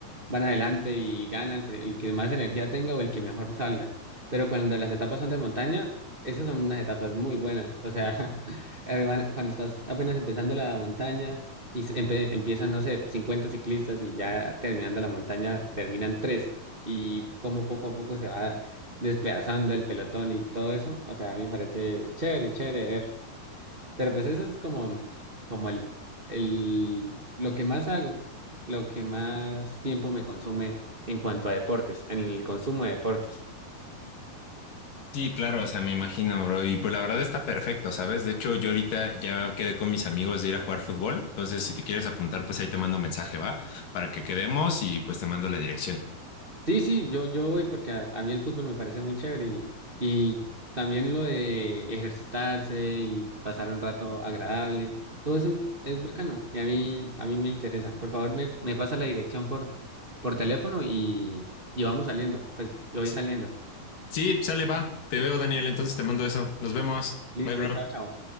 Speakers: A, on the right; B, on the left.
A: van adelante y gana el, pri- el que más energía tenga o el que mejor salga. Pero cuando las etapas son de montaña, esas son unas etapas muy buenas. O sea, <laughs> eh, van- cuando estás apenas empezando la montaña y se- empe- empiezan, no sé, 50 ciclistas y ya terminando la montaña terminan tres. Y como poco a poco se va despedazando el pelotón y todo eso. O sea, a mí me parece chévere, chévere ver. Pero pues eso es como, como el, el, lo que más hago, lo que más tiempo me consume en cuanto a deportes, en el consumo de deportes.
B: Sí, claro, o sea, me imagino, bro. Y pues la verdad está perfecto, ¿sabes? De hecho, yo ahorita ya quedé con mis amigos de ir a jugar fútbol. Entonces, si te quieres apuntar, pues ahí te mando mensaje, ¿va? Para que quedemos y pues te mando la dirección.
A: Sí, sí, yo, yo voy porque a, a mí el fútbol me parece muy chévere y, y también lo de ejercitarse y pasar un rato agradable, todo eso es bacano y a mí, a mí me interesa. Por favor, me, me pasa la dirección por, por teléfono y, y vamos saliendo. Pues yo voy
B: Sí,
A: saliendo.
B: sí, sale, va. Te veo, Daniel. Entonces te mando eso. Nos vemos.
A: Listo,
B: Bye, bro.
A: chao, chao.